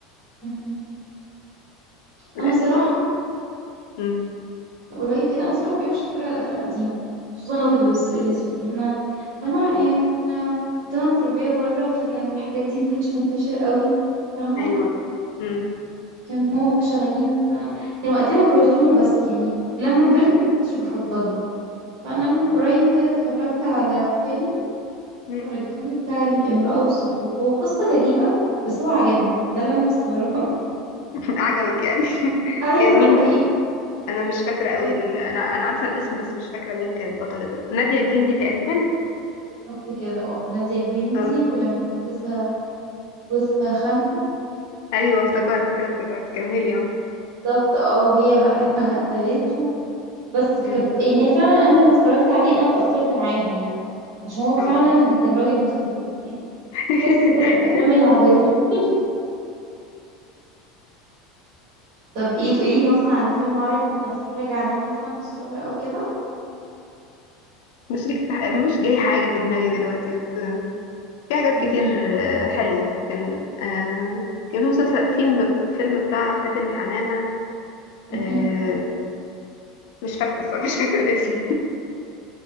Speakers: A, on the right; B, on the left.
A: مهم.
B: لا
A: انا صراحه
B: إيه. مم.
A: قريب كده انا صراحه ما بحبش اتفرج على الافلام القديمه خصوصا الابيض والأس- والاسود يعني انا فاهمه آه، كنا كنت انا متربيه بره فكان الحاجات دي ما كانتش منتشره قوي فاهمه
B: أيوه مم.
A: كانت ماما وبابا شغالين فكان وقتنا كرتون وبس يعني ولما كبرت ما كنتش بفضلها فانا من قريب كده اتفرجت على فيلم
B: مم.
A: فرجتهوني بتاع الامرأة والسطول هو قصة غريبة بس هو عجبني ده اللي انا مستغربة
B: <laughs> عجبك يعني <laughs>
A: ايوه
B: كان
A: ده
B: مين
A: حقيقي
B: أنا مش فاكرة قوي
A: هو
B: ال... أنا أنا عارفة الاسم بس مش فاكرة مين كانت بطلة ال- نادية الجندي تقريبا
A: بالظبط كده اه نادية الجندي
B: صح؟
A: ولما جوزها جوزها خانها
B: ايوه افتكرت كده افتكرت كملي اه
A: بالظبط اه وهي بقى <laughs> قتلته بس في
B: امم
A: كانت يعني هي فعلا انا لما اتفرجت عليه انا اتأثرت معاها يعني عشان هو فعلا
B: اه
A: كان راجل مستفز يعني
B: <laughs>
A: بس ده من الافلام اللي عجبتني طب ايه تقولي لي مثلا على فيلم عربي اتفرج عليه مثلا في السهرة او كده
B: مش جاي مش جاي حاجه في دماغي دلوقتي بس آه، في حاجات
A: مم.
B: كتير آه، حلوه كان آه، كان في مسلسل فيلم فيلم بتاع فاتن حمامه
A: <laughs>
B: آه، مش فاكره الصراحه <laughs> مش فاكره الاسم